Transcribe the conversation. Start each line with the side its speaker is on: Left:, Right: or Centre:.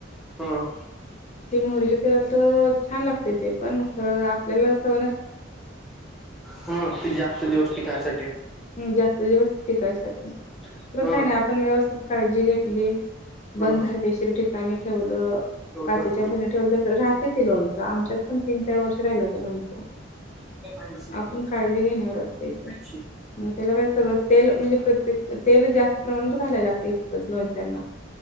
Centre: ह ह
Left: ते मोहरीच्या तेलात तर छान लागते ते पण खरं आपल्याला सव
Centre: ह ते जास्त दिोष्टी कायसाठी.
Left: हम् जास्त दिवस टिकायसाठी तर
Centre: ह
Left: काय नाही आपण व्यवस्थित काळजी घेतली.
Centre: ह
Left: बंद हदशीर ठिकाणी ठेवलं.
Centre: चौदा
Left: पाशीच्या बहिणी ठेवल तर राहते ती लोणचं आमच्यात पण तीन चार वर्ष राहिल हो तर लोणचं
Centre: ऐंशी
Left: आपण काळजी घेणारवर असत इथे
Centre: ऐंशी
Left: मग त्याला काय सगळं तेल म्हणजे प्रत्येक तेल जास्त प्रमाणात घायला लागते इतकंच लोणच्यांना